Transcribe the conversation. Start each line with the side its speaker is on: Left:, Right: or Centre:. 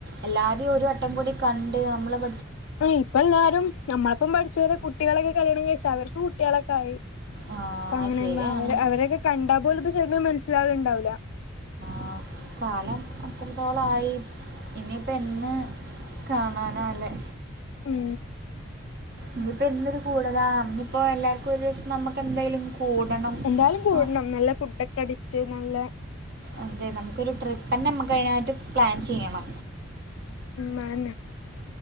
Right: എല്ലാരെയും ഒരു അട്ടം കൂടി കണ്ട് നമ്മള്ഠ
Left: അ ഇപ്പ എല്ലാരും നമ്മളിപ്പം പഠിച്ച പോരെ കുട്ടികളൊക്കെ കല്ിയണം കഴിച്ചാ അവർക്ക്ട്ട തിളക്കായി
Right: ആഹ്
Left: അപ്പൊ അങ്ങനെ
Right: ശരിയാണ്
Left: അവ അവരൊക്കെ കണ്ടാ പോോല ഇ ചെ മന എല്ലാവും ഉണ്ടാവില്ല
Right: ആ കാലം അത്രത്തോളം ബായി ഇനിപ്പ എന്ന് കാണാനാല്ലേ
Left: ഉം
Right: ഇനിയിപ്പോ എന്നൊരു കൂടതാ ഇനിപ്പോ എല്ലാർക്കും ഒരു ദിവസം നമ്മുക്ക് എന്തായാലും കൂടണം
Left: എന്തായാലും കൂടണം
Right: ആ,
Left: നല്ല ഫുഡൊക്കെ അടി ച്ച് നല്ല
Right: അതെ നമുക്കൊരു ട്രിപ്പന്നെ നമുക്കതിനായിട്ട് പ്ലാൻ ചെയ്യണം
Left: മ അഅന്നെ